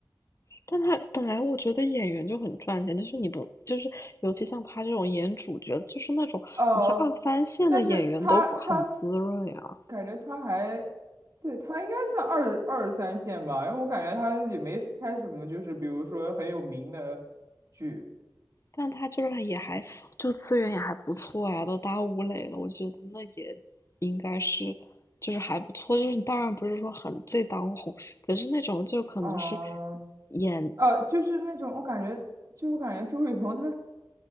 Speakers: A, on the left; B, on the right.
A: 但他本来我觉得演员就很赚钱，就是你不就是尤其像他这种演主角，就是那种你像二三线的演员都很滋润呀，
B: 呃，但是他他感觉他还，对，他应该算二二三线吧，因为我感觉他也没拍什么，就是比如说很有名的剧，
A: 但他就是也还就资源也还不错呀，都打吴磊了，我觉得那也应该是就是还不错，就是你当然不是说很最当红，可是那种就可能是
B: 嗯，
A: 演
B: 呃，就是那种我感觉，就我感觉周雨彤她，